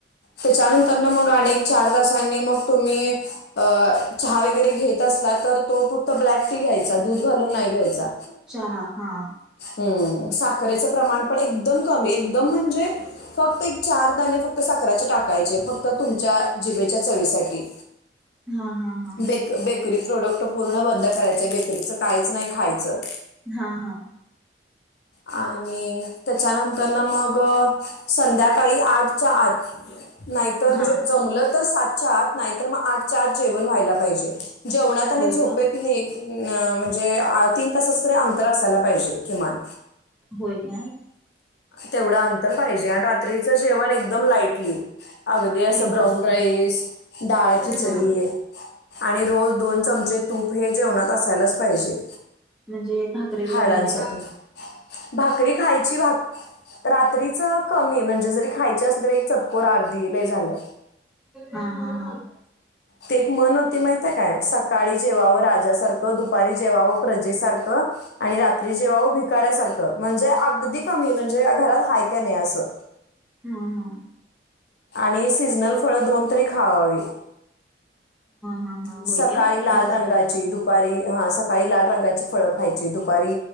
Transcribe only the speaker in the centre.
चहा. हा.
हा हा हा
हा हा.
हा
होय
का
होय काय?
एकदम
हा
म्हणजे भाकरी वगैरे
नाही
हा हा हा.
हा हा.
हा हा.
होय काय
दिवसभरात